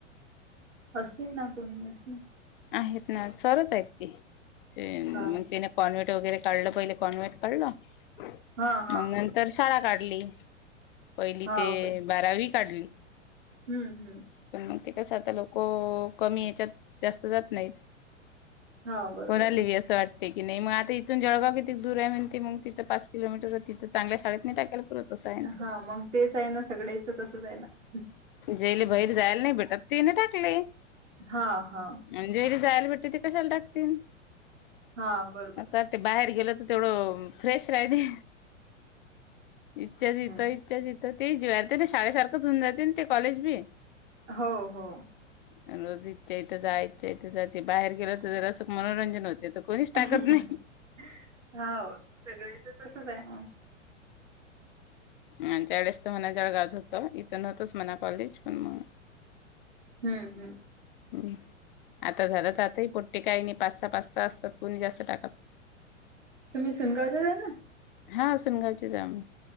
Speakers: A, on the right; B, on the left.
A: हस्ति नापूर नच
B: आहेत ना सरच आहेत ते
A: हा
B: मग ते कॉन्व्हेट वगैरे काढलं पहिले कॉन्व्हेट काढल मग
A: हा हा
B: नंतर शाळा काढली. पहिली
A: हाव
B: ते
A: काय
B: बारावी काढली.
A: हम्म हम्म.
B: पण मग त कस आता लोक कमी याच्यात जास्त जात नाहीत.
A: हा बरोबर
B: कोणाली
A: आहे
B: असं वाटत. पैकी नाही मग आ इथून जळगाव किती दूर आहे म्हण मग तिं पाच किलोमीटर तिथं चगल्या शाळेत नाही टाकायला. पुरत असं आहे ते.
A: हा मग तेच आहे ना सगळ्याचं तसंच आहे ना.
B: जेले बाहेर जायला नाही भेटत त नाही टाकले.
A: हा हा.
B: म्हणजेरी जायला भेटते त ते कशाला टाकतील.
A: हा बरोबर
B: आता
A: आहे.
B: ते बाहेर गेल तर तेवढं फ्रेश राहिते. इच्छाच यथं
A: हम्म,
B: इच्छाचथं ते जते ना शाळेसारखंचऊन जाते ना ते कॉलेज बी
A: हो हो.
B: रोज इच्छ इथ जा इचच्या इथं जाते बाहेर गेलं तर असं मनोरंजन होते. कोणीच टाकत
A: होा
B: नाही.
A: सगळ्याच तसच आहे मग
B: आणि त्या वेळेस तर मणा जळ गाज होतं इथून होतंच मना कॉलेज पण मग
A: हम्म हम्म.
B: हम् आता झालं तर आताही पोट्टे काही नाही पाच सहा पाच सहा असतात कोणी जास्त टात <unintelligible>
A: तुम्ही सुनगावच्या आहे ना.
B: हा सुन घावचित जाम.